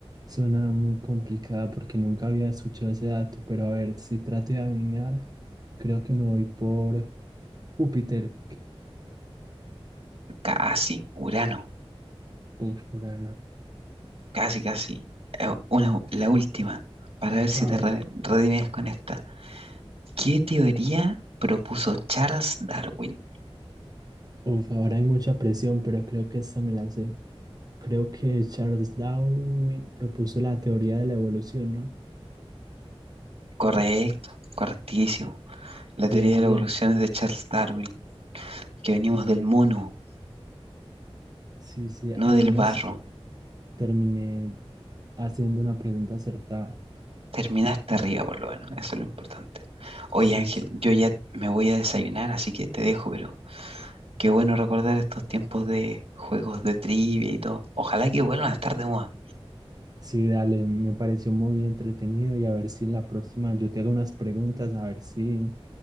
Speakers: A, on the right; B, on the right.
A: suena muy complicada porque nunca había escuchado ese dato, pero a ver, si trato de adivinar, creo que me voy por Júpiter.
B: Casi, Urano,
A: Uf, Urano.
B: casi, casi. Eh, Una, la última, para ver si
A: A
B: te
A: ver,
B: re- redimes con esta. ¿Qué teoría propuso Charles Darwin?
A: uf, ahora hay mucha presión, pero creo que esta me la sé. Creo que Charles Darwin propuso la teoría de la evolución, ¿no?
B: Correcto, correctísimo. La
A: Bien,
B: teoría de la
A: bien.
B: evolución es de Charles Darwin, que venimos del mono,
A: Sí, sí,
B: no
A: al
B: del
A: menos
B: barro.
A: terminé haciendo una pregunta acertada.
B: Terminaste arriba, por lo menos, eso es lo importante. Oye,
A: Sí,
B: Ángel,
A: sí.
B: yo ya me voy a desayunar, así que te dejo, pero qué bueno recordar estos tiempos de juegos de trivia y todo. Ojalá que vuelvan a estar de moda.
A: Sí, dale, me pareció muy entretenido y a ver si en la próxima yo te hago unas preguntas, a ver si